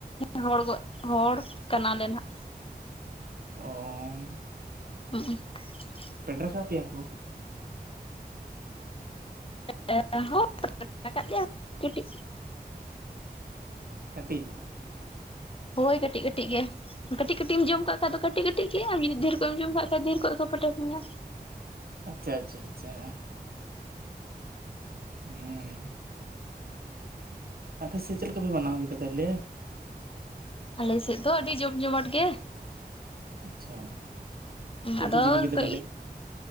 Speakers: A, on the left; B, on the right.
A: <unintelligible> ᱨᱚᱲ ᱠᱟᱱᱟ᱾ ᱱᱟᱞᱮ ᱱᱟᱜ᱾
B: ᱚᱸ
A: <unintelligible>
B: ᱯᱟᱹᱭᱴᱟᱨ ᱟᱠᱟᱫ ᱯᱮᱭᱟ ᱠᱚ?
A: <unintelligible> ᱠᱟᱹᱴᱤᱡ
B: ᱠᱟᱹᱴᱤᱡ᱾
A: ᱦᱳᱭ ᱠᱟᱹᱴᱤᱡ ᱠᱟᱹᱴᱤᱡ ᱜᱮ᱾ ᱠᱟᱹᱴᱤᱡ ᱠᱟᱹᱴᱤᱡ ᱮᱢ ᱡᱚᱢ ᱠᱟᱜ ᱠᱷᱟᱡ ᱫᱚ ᱠᱟᱹᱴᱤᱡ ᱠᱟᱹᱴᱤᱡ ᱜᱮ ᱡᱩᱫᱤ ᱰᱷᱮᱨ ᱠᱷᱚᱱᱚᱡ ᱮᱢ ᱡᱚᱢ ᱠᱟᱜ ᱠᱷᱟᱡ ᱰᱷᱮᱨ ᱠᱷᱚᱱᱚᱡ ᱠᱚ ᱯᱟᱹᱭᱴᱟᱨ ᱢᱮᱭᱟ᱾
B: ᱟᱪᱪᱷᱟ ᱟᱪᱪᱷᱟ ᱟᱪᱪᱷᱟ ᱦᱩᱸ ᱟᱯᱮ ᱥᱮ ᱪᱮᱫ ᱞᱮᱠᱟᱯᱮ ᱢᱟᱱᱟᱣ ᱠᱮᱫᱟ ᱛᱟᱦᱚᱞᱮ?
A: ᱟᱞᱮ ᱥᱮᱫ ᱫᱚ ᱟᱹᱰᱤ ᱡᱚᱢ ᱡᱚᱢᱟᱴ ᱜᱮ᱾
B: ᱟᱪᱪᱷᱟ ᱪᱮᱫ
A: ᱟᱫᱚ
B: ᱯᱮ ᱪᱤᱠᱟᱹ ᱠᱮᱫᱟ
A: ᱠᱚ᱾
B: ᱠᱟᱹᱴᱤᱡ